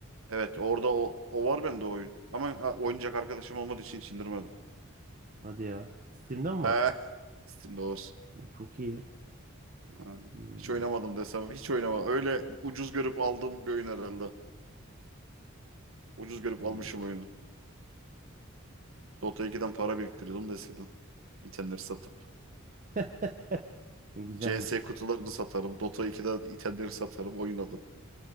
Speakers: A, on the right; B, on the right.
A: Evet orada o, o var bende o oyun. Ama ha, oynayacak arkadaşım olmadığı için hiç indirmedim.
B: Hadi ya. Steam'de
A: <laughs>
B: mi var?
A: He. Steam'de var.
B: Çok iyi.
A: Ha,
B: Hmm.
A: Hiç oynamadım desem. Hiç oynamadım. Öyle ucuz görüp aldığım bir oyun herhalde. Ucuz görüp
B: Hmm.
A: almışım oyunu. Dota 2'den para biriktiriyordum da eskiden. İtemleri satıp.
B: <laughs> Ne güzelmiş.
A: CS kutularını satarım. Dota 2'de itemleri satarım. Oyun alırım.